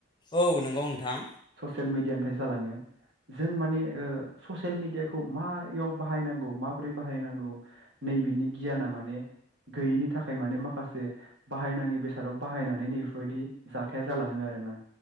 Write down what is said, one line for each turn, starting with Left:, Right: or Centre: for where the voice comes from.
Left: औ नंगौ नोंथां
Right: मिडियानिफ्राय जालाङो जों माने ससियेल मिडियाखौ मायाव बाहायनांगौ माबोरै बाहायनांगौ नैबिनि गियाना माने गैयिनि थाखाय माने माखासे बाहायनाङि बेसादाव बाहायनानै नैफोरबायदि जाथाया जालाङो आरोना